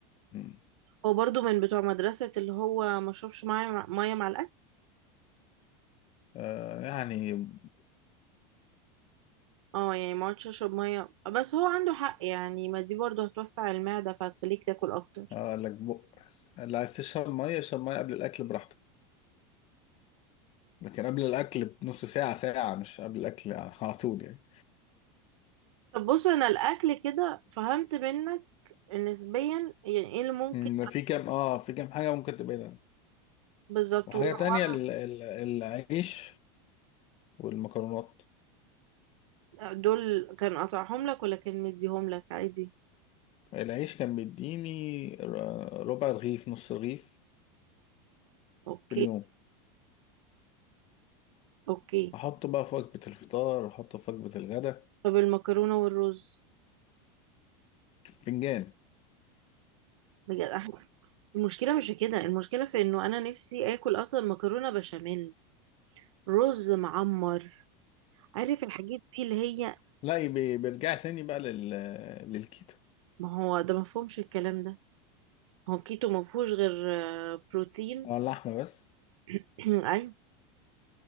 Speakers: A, on the left (about 40°); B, on the right (about 80°).
A: مم.
B: هو برضو من بتوع مدرسة اللي هو مشربش مية مع مية مع الاكل
A: آه يعني
B: اه يعني ما عادش اشرب ميه آه، بس هو عنده حق يعني ما دي برضه هتوسع المعده فهتخليك تاكل اكتر
A: اه قال لك بق اللي عايز تشرب ميه اشرب ميه قبل الاكل براحتك لكن قبل الاكل بنص ساعه ساعه مش قبل الاكل على طول يعني
B: طب بص انا الاكل كده فهمت منك نسبيا يعني ايه اللي ممكن
A: أمم، في كام اه في كام حاجه ممكن تبعدها
B: بالظبط
A: وحاجه
B: وأعمل-
A: تانية ال- ال- العيش والمكرونات
B: دول كان قطعهم لك ولا كان مديهم لك عادي
A: العيش كان بيديني ر- ربع رغيف نص رغيف
B: اوكي
A: في اليوم
B: اوكي
A: احطه بقى في وجبه الفطار احطه في وجبه الغداء
B: طب المكرونه والرز
A: فنجان
B: بجد احنا المشكله مش في كده المشكله في انه انا نفسي اكل اصلا مكرونه بشاميل رز معمر عارف الحاجات دي اللي هي
A: لا يبي- بيرجع تاني بقى لل... للكيتو
B: ما هو ده مفهومش الكلام ده هو كيتو ما فيهوش غير آه، بروتين
A: اه اللحمه بس
B: <clears throat> ايوه